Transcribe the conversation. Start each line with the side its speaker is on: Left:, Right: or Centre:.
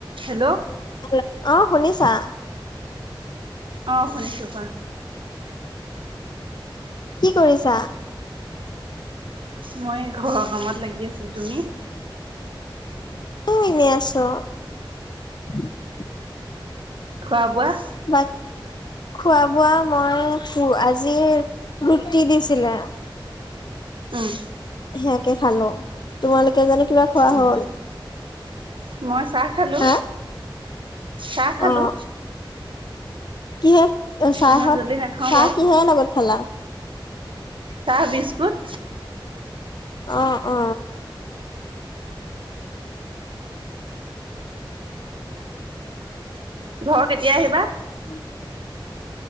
Right: Hello.
Left: Hello অ শুনিছা।
Right: অ শুনিছো কোৱা।
Left: কি কৰিছা?
Right: মই ঘৰৰ কামত লাগি আছো, তুমি?
Left: তুমি এনে আছো <unintelligible>
Right: খোৱা বোৱা?
Left: ব <unintelligible> খোৱা বোৱা মই খো আজি ৰুটি দিছিলে।
Right: উম।
Left: সেয়াকে খালো, তোমালোকে জানো কিবা খোৱা
Right: উম
Left: হল।
Right: মই চাহ খালো।
Left: হা
Right: চাহ খালো।
Left: অ কিহে চাহৰ
Right: ইমান জল্দি নাখাওঁ
Left: চাহ
Right: বাৰু
Left: কিহৰ লগত খালা?
Right: চাহ বিস্কুট।
Left: অ অ।
Right: ঘৰ কেতিয়া আহিবা?
Left: <unintelligible>